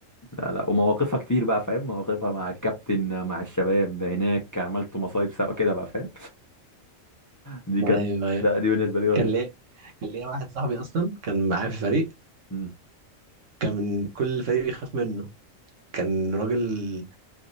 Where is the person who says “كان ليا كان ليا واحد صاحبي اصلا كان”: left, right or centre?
Right